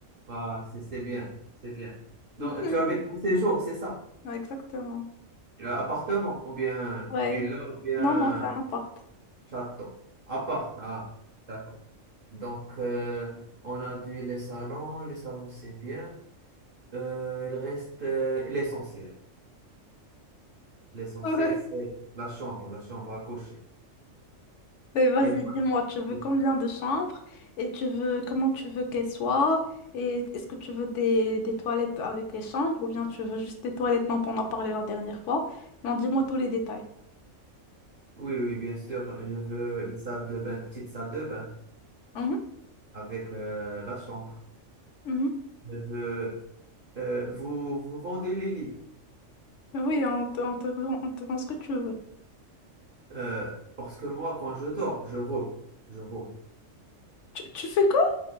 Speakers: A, on the right; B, on the left.
A: Ah, c'est c'est bien, c'est bien. Donc,
B: <laughs>
A: tu habites pour ces jours, c'est ça?
B: Ouais, Exactement.
A: Euh, appartement, ou bien
B: Ouais.
A: villa, ou bien.
B: Non, non, c'est un appart.
A: Château. Appart. Ah, d'accord. Donc, euh, on a dit les salons. Les salons, c'est bien. Euh, il reste euh, l'essentiel. L'essentiel,
B: Ouais.
A: c'est la chambre, la chambre à coucher.
B: Mais vas-y,
A: Elle doit
B: dis-moi, tu veux
A: être-
B: combien de chambres et tu veux comment tu veux qu'elles soient et est-ce que tu veux des, des toilettes avec les chambres ou bien tu veux juste des toilettes dont on a parlé la dernière fois? Non, dis-moi tous les détails.
A: Oui, oui, bien sûr. Je veux une salle de bain, petite salle de bain
B: Mhm,
A: avec euh, la chambre.
B: mhm.
A: Je veux. euh, vous, vous vendez les lits.
B: Mais Oui, on te, on te vend, on te vend ce que tu veux.
A: Euh, parce que moi, quand je dors, je roule. Je roule.
B: Tu, tu fais quoi?